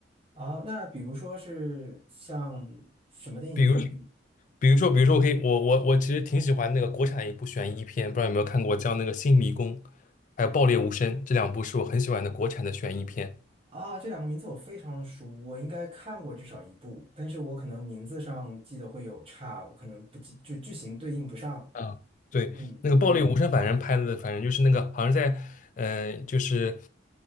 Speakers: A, on the right; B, on the left.
A: 啊，那比如说是像什么电影你？
B: 比如
A: 你
B: 比如说比如说我可以我我我其实挺喜欢那个国产一部悬疑片，不知道有没有看过，叫那个《新迷宫》还有《爆裂无声》这两部是我很喜欢的国产的悬疑片。
A: 啊，这两个名字我非常熟，我应该看过至少一部，但是我可能名字上记得会有差，我可能不记，就剧情对应不上。
B: 嗯，对，
A: 嗯。
B: 那个《暴力无声》，反正拍的，反正就是那个，好像在，嗯、就是，